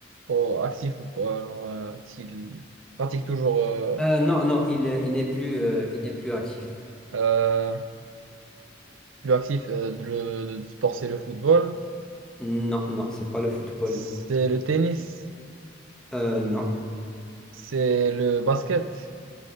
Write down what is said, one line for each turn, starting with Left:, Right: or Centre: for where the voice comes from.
Right: oh, actif ou pas, genre, euh, s'il pratique toujours euh,
Centre: Euh, non, non, il, est- il n'est plus, euh, il n'est plus actif.
Right: euh, plus actif, euh, le, le sport c'est le football,
Centre: Non, non, c'est pas le football.
Right: c'est le tennis,
Centre: Euh, non,
Right: c'est le basket,